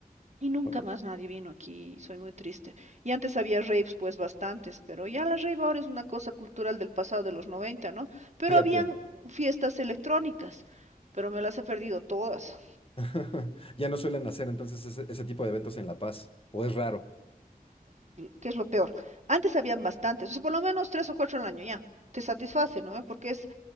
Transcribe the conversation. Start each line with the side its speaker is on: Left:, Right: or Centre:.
Right: Y nunca
Left: O-
Right: más nadie vino aquí, soy muy triste. Y antes había raves, pues bastantes, pero ya la rave ahora es una cosa cultural del pasado de los 90, ¿no? Pero
Left: Fíjate.
Right: habían fiestas electrónicas, pero me las he perdido todas,
Left: <laughs> Ya no suelen hacer entonces ese, ese tipo de eventos en La Paz, o es raro.
Right: que es lo peor. Antes habían bastantes, o sea, por lo menos tres o cuatro al año ya, te satisface, ¿no? Porque es